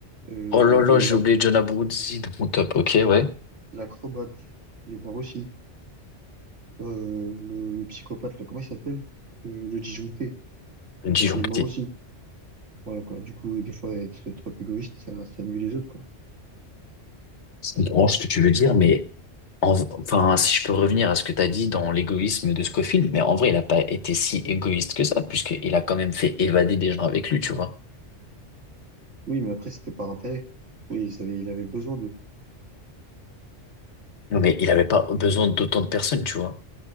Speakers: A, on the right (about 85°); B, on the left (about 70°).
A: Euh,
B: Oh là là,
A: la,
B: j'ai oublié John Abruzzi dans mon top. Ok, ouais.
A: l'acrobate, il est mort aussi. Euh, le, le psychopathe, là, comment il s'appelle? Euh, le disjoncté,
B: Le disjoncté.
A: il est mort aussi. Voilà, quoi. Du coup, des fois, être trop égoïste, ça, ça nuit les autres, quoi.
B: Je comprends ce que tu veux dire, mais en- enfin, si je peux revenir à ce que tu as dit dans l'égoïsme de Scofield, mais en vrai, il n'a pas été si égoïste que ça, puisqu'il a quand même fait évader des gens avec lui, tu vois.
A: Oui, mais après, c'était par intérêt. Oui, ils avaient, il avait besoin d'eux,
B: Non, Mais il
A: tu
B: n'avait
A: vois.
B: pas besoin d'autant de personnes, tu vois.